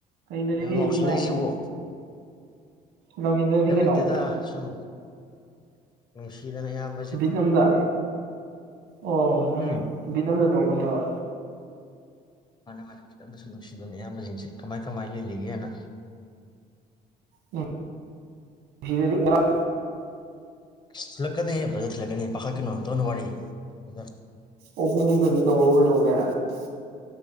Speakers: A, on the right; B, on the left.
A: ꯀꯔꯤ ꯂꯩꯔꯒꯦ
B: ꯀꯩꯅꯣ
A: ꯏꯕꯨꯡꯉꯣ
B: ꯂꯥꯎꯁꯜꯂꯛꯏꯁꯤꯕꯣ
A: ꯅꯧꯒꯤꯟꯗꯗꯤ
B: ꯀꯩꯝ
A: ꯀꯩꯅꯣ
B: ꯂꯩꯇꯦꯗ ꯁꯨꯝ ꯅꯨꯡꯁꯤꯗꯅ ꯏꯌꯥꯝ
A: ꯕꯤꯠ ꯑꯝꯗ ꯑꯣ ꯅꯪ
B: ꯎꯝ
A: ꯕꯤꯠ ꯑꯗ ꯇꯧꯕꯅꯦꯕ
B: ꯃꯥꯅ ꯃꯥꯅ ꯕꯤꯠ ꯑꯃꯗꯥ ꯁꯨꯝ ꯅꯨꯡꯁꯤꯕꯅꯦ ꯏꯌꯥꯝꯕꯁꯤꯡꯁꯦ ꯀꯃꯥꯏ ꯀꯃꯥꯏꯅ ꯂꯤꯜꯂꯤꯒꯦꯅ
A: ꯅꯨꯡꯁꯤꯔꯗꯤ ꯑꯣꯛ
B: ꯊꯤꯂꯛꯀꯅꯤ ꯕ꯭ꯔꯗꯔ ꯊꯤꯜꯂꯛꯀꯅꯤ ꯄꯥꯈꯠꯀꯅꯣ ꯗꯣꯟ ꯋꯥꯔꯤ ꯕ꯭ꯔꯗꯔ
A: ꯑꯣꯛꯄꯨꯝ ꯑꯃꯇꯗꯤ ꯇꯧꯔꯛꯎ ꯀꯩꯗꯧꯒꯦ